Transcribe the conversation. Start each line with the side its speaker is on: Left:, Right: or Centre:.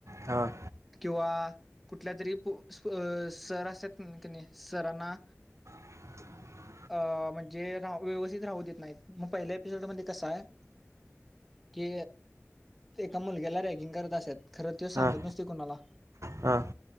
Right: हां
Centre: किंवा कुठल्या तरी सर असत क सरांना
Right: <inaudible>
Centre: अ म्हणजे राह व्यवस्थित राहू देत नाहीत मग पहिल्या एपिसोडमध्येध्ये कसा आहे. कि एका मुलग्याला रॅगिंग करत अस खर त
Right: हां
Centre: सांगत नस. कुणाला
Right: हां